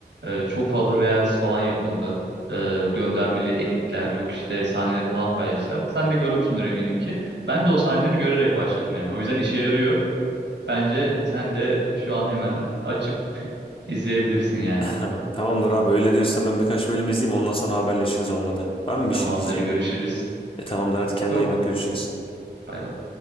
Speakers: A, on the right (about 80°); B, on the left (about 30°).
A: Eee, çok fazla reels falan yapıldı. Eee, göndermeli editler yok işte sahneleri falan paylaştılar. Sen de görmüşsündür eminim ki. Ben de o sahneleri görerek başladım yani. O yüzden işe yarıyor. Bence sen de şu an hemen açıp izleyebilirsin yani.
B: <laughs> Tamamdır abi öyle diyorsan ben birkaç bölüm izleyeyim ondan sonra haberleşiriz olmadı. Var mı
A: Tamamdır,
B: bir şey diyeceğin?
A: görüşürüz.
B: E tamamdır hadi kendine
A: Yok,
B: iyi bak görüşürüz.
A: bay bay.